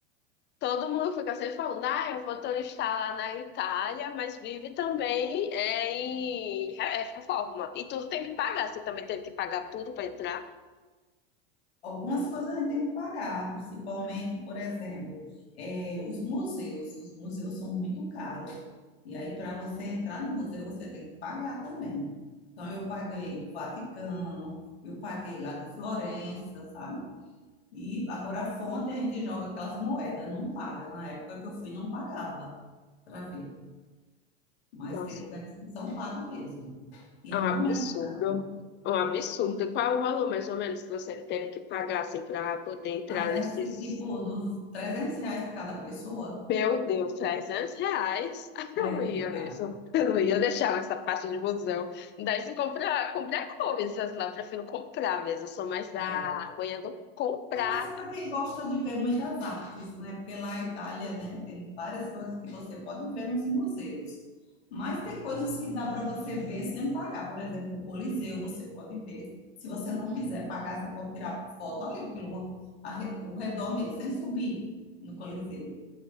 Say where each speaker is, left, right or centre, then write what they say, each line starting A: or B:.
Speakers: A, on the left (about 35°); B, on the left (about 75°).
A: todo mundo fica sempre falando, ah, eu vou turistar lá na Itália, mas vive também é, em re- é, reforma. E tudo tem que pagar, você também tem que pagar tudo para entrar.
B: Algumas coisas a gente tem que pagar, principalmente, por exemplo, eh, os museus. Os museus são muito caros. E aí, para você entrar no museu, você tem que pagar também. Então, eu paguei do Vaticano, eu paguei lá de Florença, sabe? E agora a fonte a gente joga aquelas moedas, não paga. Na época que eu fui, não pagava para ver. Mas
A: Nossa,
B: tem lugares que são pagos mesmo. E
A: é um
B: não
A: absurdo.
B: é barato.
A: É um absurdo. E Qual é o valor, mais ou menos, que você tem que pagar assim, para poder entrar
B: Mas é
A: nesses.
B: assim, tipo, dos 300 reais por cada pessoa,
A: Meu Deus, 300 reais? <laughs>
B: é,
A: Eu não ia
B: é caro.
A: mesmo. Eu não ia deixar essa parte de museu. Daí se comprar, comprar coisas lá, eu prefiro comprar mesmo. Eu sou mais da
B: É,
A: manhã do comprar.
B: é mais para quem gosta de ver muitas artes, né? Porque lá a Itália, né, tem várias coisas que você pode ver nos museus. Mas tem coisas que dá para você ver sem pagar. Por exemplo, o Coliseu você pode ver. Se você não quiser pagar, você pode tirar foto ali pelo arre- o redor mesmo, sem subir no Coliseu.